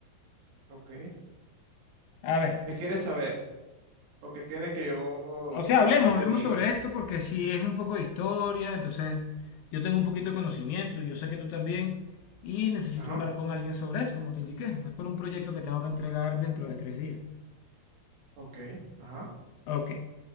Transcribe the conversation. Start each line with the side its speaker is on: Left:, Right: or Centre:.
Right: Ok.
Left: A ver,
Right: ¿Qué quieres saber? ¿O qué quieres que yo
Left: O sea, hablemos, hablemos
Right: te diga?
Left: sobre esto porque si es un poco de historia, entonces yo tengo un poquito de conocimiento, yo sé que tú también, y necesito
Right: Ajá,
Left: hablar con alguien sobre esto, como te indiqué. Es por un proyecto que tengo que entregar dentro de tres días.
Right: ok, ajá.
Left: Ok,